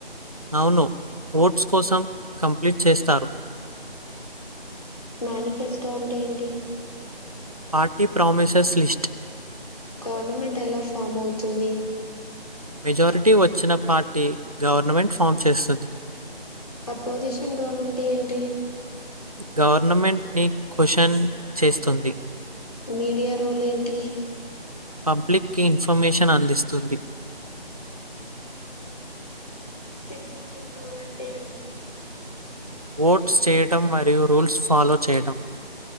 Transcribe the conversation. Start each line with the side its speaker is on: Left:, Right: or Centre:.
Right: అవును ఓట్స్ కోసం కంప్లీట్ చేస్తారు
Left: మానిఫెస్టో అంటే ఏంటి
Right: పార్టీ ప్రామిసెస్ లిస్ట్
Left: గవర్నమెంట్ ఎలా ఫామ్ అవుతుంది
Right: మెజారిటీ వచ్చిన పార్టీ గవర్నమెంట్ ఫామ్ చేస్తుంది
Left: అపోజిషన్ రోల్ అంటే ఏంటి
Right: గవర్నమెంట్ ని క్వచన్ చేస్ స్తుంది
Left: మీడియా రోల్ ఏంటి
Right: పబ్లిక్ కి ఇన్ఫర్మేషన్ అందిస్తుంది
Left: సిటీరి రోల్ అంటే ఏంటి
Right: ఓట్స్ చేయటం మరియు రూల్స్ ఫాలో చేయడం